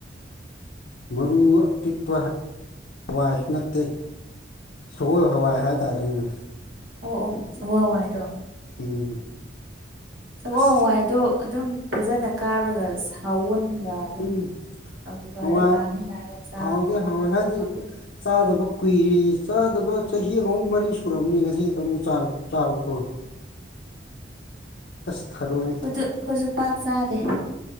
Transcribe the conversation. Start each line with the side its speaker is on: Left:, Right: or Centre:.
Left: ꯃꯔꯨ ꯑꯄꯤꯛꯄ ꯍꯋꯥꯏ ꯅꯠꯇꯦ ꯁꯒꯣꯜ ꯍꯋꯥꯏ ꯍꯥꯏꯇꯥꯔꯦꯅꯦ
Right: ꯑꯣ ꯑꯣ ꯁꯒꯣꯜꯍꯋꯥꯏꯗꯣ
Left: ꯎꯝ
Right: ꯁꯒꯣꯜ
Left: ꯑꯁ
Right: ꯍꯋꯥꯏꯗꯣ ꯑꯗꯨꯝ ꯐꯖꯅ ꯀꯥꯔꯒ ꯁꯥꯋꯨꯟꯒ ꯗꯨꯝ
Left: ꯎꯝ
Right: ꯑ ꯀꯨꯀꯔꯗ
Left: ꯍꯋꯥꯏ
Right: ꯀꯥꯝꯃꯤꯟꯅꯔ ꯆꯥꯕꯗꯣ
Left: ꯍꯥꯎꯗꯤ ꯍꯥꯎꯋꯦ ꯍꯥꯏꯗꯤ
Right: ꯍꯥꯎ
Left: ꯆꯥꯗꯕ ꯀꯨꯏꯔꯤ ꯆꯥꯗꯕ ꯆꯍꯤ ꯑꯍꯨꯝ ꯃꯔꯤ ꯁꯨꯔꯝꯅꯤ ꯉꯁꯤꯇ ꯑꯃꯨꯛ ꯆꯥꯔꯛ ꯆꯥꯕꯀꯣ ꯑꯁ ꯊꯔꯣꯏ
Right: ꯑꯩꯈꯣꯏꯁꯨ ꯄꯥꯛ ꯆꯥꯗꯦ